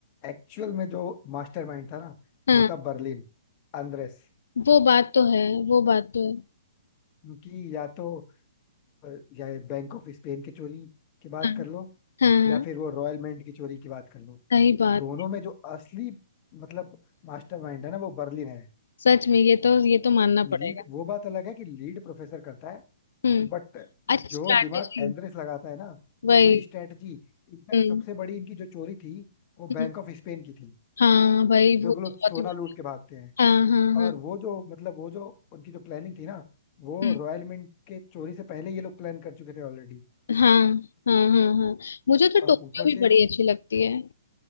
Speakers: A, on the left; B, on the left.
A: एक्चुअल में जो मास्टरमाइंड था ना
B: हाँ
A: वो था बर्लिन अंद्रेस
B: वो बात तो है वो बात तो है
A: क्योंकि या तो और या बैंक ऑफ स्पेन की चोरी की बात
B: हाँ
A: कर लो
B: हाँ हाँ,
A: या फिर वो रॉयल मेंट की चोरी की बात कर लो
B: सही बात
A: दोनों में जो असली मतलब मास्टरमाइंड है ना वो बर्लिन है
B: सच में ये तो ये तो मानना
A: लीड
B: पड़ेगा
A: वो बात अलग है कि लीड प्रोफेसर करता है
B: हम्म
A: बट
B: अच्छा
A: जो
B: स्ट्रैटेजी
A: दिमाग एंड्रेस लगाता है ना
B: वही
A: पूरी स्ट्रेटजी इनफैक्ट
B: हम्म
A: सबसे बड़ी इनकी जो चोरी थी वो
B: हम्म,
A: बैंक ऑफ स्पेन की थी
B: हाँ भाई
A: जो
B: वो
A: लोग
B: तो बहुत
A: सोना
B: ही बढ़िया
A: लूट के भागते हैं
B: हाँ हाँ हाँ
A: और वो जो मतलब वो जो उनकी जो प्लानिंग थी ना वो
B: हम्म,
A: रॉयल मिंट के चोरी से पहले ये लोग प्लान कर चुके थे ऑलरेडी
B: हाँ हाँ हाँ हाँ हाँ, मुझे तो
A: और
B: टोक्यो
A: ऊपर
B: भी
A: से
B: बड़ी अच्छी लगती है